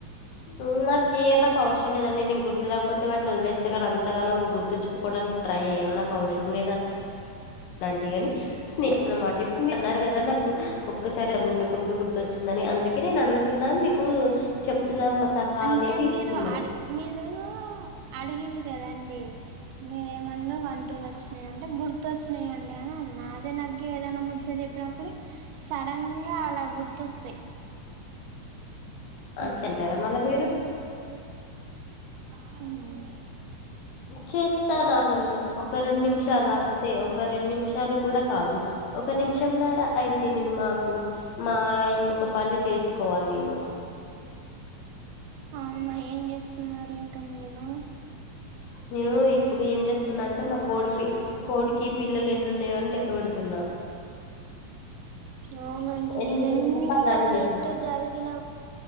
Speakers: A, on the left (about 75°); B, on the right (about 85°).
A: ఊ నాకే నా అవస్ డలేదండి నేను గుర్తు రాకపోతే వాటిని వదిలేస్తే కానీ అంతగనం గుర్తుంచకోడానికి ట్రై చేయను నాకు అవసం లేదు అట్లా అలాంటివి అని <unintelligible> అన్నమాట ఇప్పుడు మీరు అన్నారు కదా నాకు ఒక్కసారి తన్నుకుంటూ గుర్తొచ్చిందని అందుకని అందుకని నేను అడుగుతున్నా మీకు చెప్తున్నా ఒక సలహా
B: అంటే
A: అనేది ఇస్తున్నాను
B: మీరు అడి
A: ఓకే
B: మీరు అడిగిండ్రు కదాండి మీరేమన్న వన్ టూలు వచ్చినాయింటే గుర్తు వచ్చినాయి అండి అని అన్న అదే నాకు ఏదైనా ముచ్చట చెప్తే చెప్పినప్పుడు సడన్ గా అలా గుర్తోస్తాయి
A: ఆ
B: విషయాలు
A: తింటారా మళ్లా మీరు
B: హ్మ్
A: చేస్తాను ఆగండి ఒక రెండు నిమిషాలు అంతే ఒక రెండు నిమిషాలు కూడా కాదు ఒక నిమిషంన్నర అయితే నేను మాకు మా ఇంకొక పని చేసుకోవాలి నేను
B: అవునా ఏం చేస్తున్నారు ఇంకా మీరు
A: నేను ఇప్పుడు ఏం చేస్తున్నా అంటే మా కోడి పి కోడికి పిల్లలు ఎన్నున్నాయో అని లెక్క పెడుతున్నా
B: అవునండి
A: ఎన్నున్నాయి
B: నేను
A: చెప్పాలా
B: ఎంత
A: అండి మీకు
B: ఎట్ జరిగిన